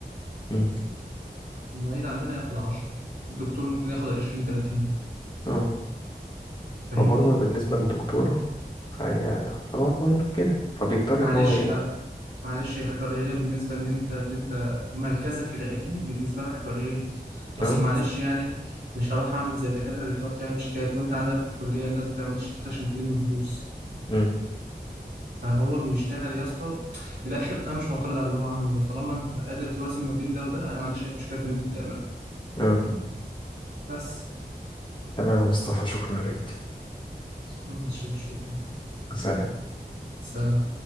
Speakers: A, on the left (about 25°); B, on the right (about 90°).
A: مم.
B: المعيد عندنا ياخد 10 الدكتور ممكن ياخد 20 30
A: أه
B: فاهمني
A: فبرضه بالنسبة للدكتور فهي تعتبر برضه كده فبيضطر
B: معلش
A: إن هو ي-
B: لا معلش هي حاجة قليلة بالنسبة إن أنت اللي أنت مركزك العلمي بالنسبة لها حاجة قليلة أصل
A: أه
B: معلش يعني مش هروح أعمل زي الدكاترة اللي بتقعد تعمل شيتات وأنت عندك في الكلية الناس بتعمل شيتات عشان تلم فلوس
A: مم.
B: فهو بيشتغل يا اسطى من الآخر أنا مش معترض على اللي هو عامله ده طالما أنت قادر توازن ما بين ده وده أنا ما عنديش أي مشكلة في اللي أنت بتعمله
A: أه
B: بس
A: تمام يا مصطفى شكرا ليك
B: مش شكرا
A: سلام
B: سلام